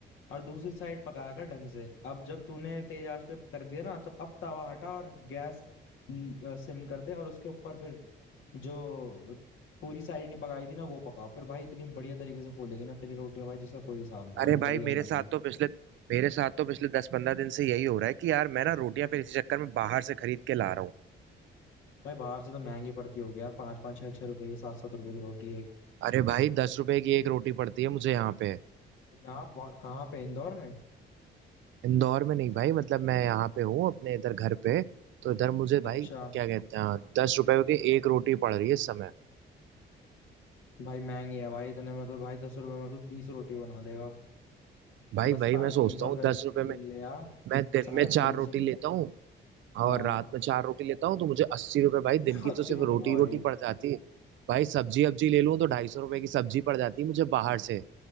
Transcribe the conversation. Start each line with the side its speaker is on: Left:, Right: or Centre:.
Left: और दूसरी साइड पका कर ढंग से अब जब तूने तेज आंच पे कर दिया ना तो अब तवा हटा और गैस सिम कर दे और उसके ऊपर फिर जो पूरी साइड नहीं पकाई थी ना वो पका फिर भाई इतनी बढ़िया तरीके से फूलेगी ना तेरी रोटियां भाई जिसका कोई हिसाब नहीं
Right: अरे
Left: भाई बढ़िया
Right: भाई मेरे
Left: बिल्कुल
Right: साथ तो पिछले मेरे साथ तो पिछले दस पंद्रह दिन से यही हो रहा है कि यार मैं ना रोटियां फिर इसी चक्कर में बाहर से खरीद के ला रहा हूँ
Left: भाई बाहर से तो महंगी पड़ती होगी यार पाँच पाँच छह छह रुपये सात सात रुपए की रोटी एक
Right: अरे भाई दस रुपए की एक रोटी पड़ती है मुझे यहाँ पे
Left: यहाँ वहाँ- कहाँ पे इंदौर में
Right: इंदौर में नहीं भाई मतलब मैं यहाँ पे हूँ अपने इधर घर पे तो इधर मुझे
Left: अच्छा
Right: भाई क्या कहते हैं दस रुपए की एक रोटी पड़ रही है इस समय
Left: भाई महंगी है भाई इतने में तो भाई दस रुपए में तो बीस रोटी बना देगा
Right: भाई
Left: बस
Right: भाई
Left: साढ़े
Right: मैं सोचता
Left: तीन सौ
Right: हूँ
Left: रुपये
Right: दस रुपए में
Left: ले आ
Right: मैं दिन
Left: साढ़े
Right: में चार
Left: तीन
Right: रोटी
Left: सौ
Right: लेता हूँ
Left: हाँ
Right: और रात में चार रोटी लेता हूँ तो मुझे अस्सी रुपए भाई दिन की
Left: अस्सी
Right: तो सिर्फ
Left: रुपये
Right: रोटी
Left: भाई
Right: ही रोटी पड़ जाती है भाई सब्जी अब्जी ले लूँ तो ढाई सौ रुपए की सब्जी पड़ जाती है मुझे बाहर से